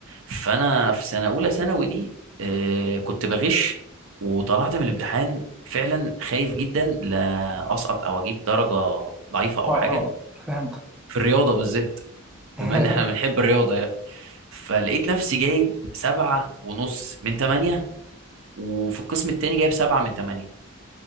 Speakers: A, on the right; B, in the centre.
A: فانا في سنه اولى ثانوي دي آه، كنت بغش وطلعت من الامتحان فعلا خايف جدا لا اسقط او اجيب درجه ضعيفه او
B: اه
A: حاجه
B: اه آه. فهمت
A: في الرياضه بالذات
B: <laughs>
A: بما ان احنا بنحب الرياضه يعني فلقيت نفسي جايب سبعة ونص من تمانية وفي القسم التاني جايب سبعة من تمانية